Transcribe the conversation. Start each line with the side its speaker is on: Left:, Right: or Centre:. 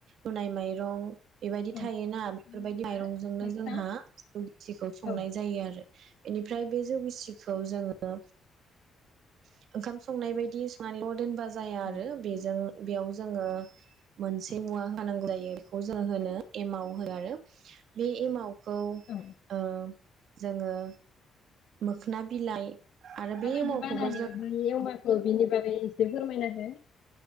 Right: रुनाय माइरं बेबायदि
Left: औ
Right: थायोना बेफोरबायदि
Left: होनबा
Right: माइरंजोंनो
Left: नोंथां
Right: जोंहा जौ गिसिखौ संनाय
Left: औ
Right: जायो आरो बेनिफ्राय बे जौगिसिखौ जोङो <inaudible> ओंखाम संनाय बायदि संनानैल दोनबा जाया आरो
Left: औ
Right: बेजों बेयाव जोङो मोनसे मुवा होनांगौ जायो बेखौ जोङो होनो एमाव हो आरो बे एमाव खौ
Left: औ
Right: ओ जोङो मोखोना बिलाइ आरो बे
Left: माबायदि
Right: एमावखौबो
Left: बानायो
Right: जों
Left: ओमफ्राय एमावखौ बिनि बागै एसे फोरमायना हो